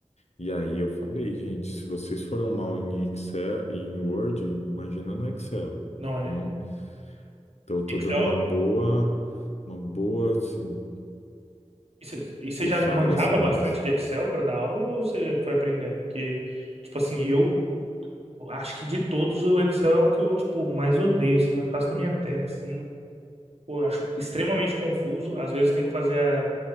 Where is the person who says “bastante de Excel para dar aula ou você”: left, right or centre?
Right